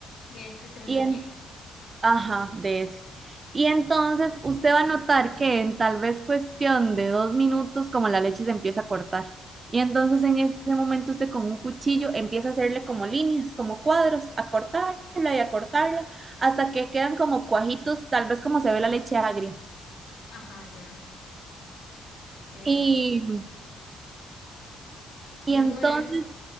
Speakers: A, on the left (about 65°); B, on the right (about 30°).
A: de este tres
B: Y
A: muñecas.
B: en Ajá, de ese. Y entonces usted va a notar que en tal vez cuestión de dos minutos, como la leche se empieza a cortar. Y entonces en ese momento usted con un cuchillo empieza a hacerle como líneas, como cuadros, a cortarla y a cortarla, hasta que quedan como cuajitos, tal vez como se ve la leche agria.
A: Ajá, ya, ok.
B: Y,
A: Y
B: y
A: luego
B: entonces,
A: de eso,